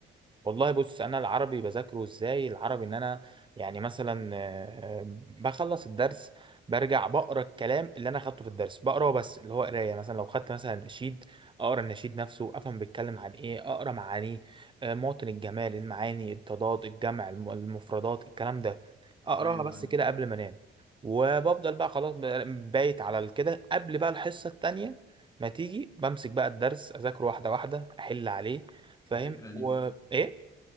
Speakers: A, on the right (about 25°); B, on the left (about 15°).
A: والله بص انا العربي بذاكره ازاي العربي ان انا يعني مثلا آه، آه، بخلص الدرس برجع بقرا الكلام اللي انا اخدته في الدرس بقراه بس اللي هو قرايه مثلا لو خدت مثلا نشيد اقرا النشيد نفسه افهم بيتكلم عن ايه اقرا معانيه آه، مواطن الجمال المعاني التضاد الجمع الم- المفردات الكلام ده اقراها
B: ايوه
A: بس
B: أيوة.
A: كده قبل ما انام وبفضل بقى خلاص ب- بايت على كده قبل بقى الحصه التانيه ما تيجي بمسك بقى الدرس اذاكره واحده واحده احل عليه فاهم
B: الفكره
A: و
B: دي
A: ايه